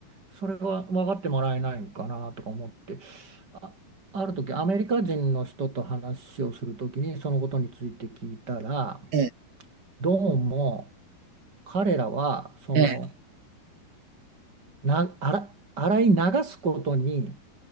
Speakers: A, on the right (about 25°); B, on the right (about 75°).
A: それが分かってもらえないのかなとか思って、あ、ある時アメリカ人の人と話をする時にそのことについて聞いたら、
B: ええ、
A: どうも彼らはその
B: ええ。
A: な、洗洗い流すことに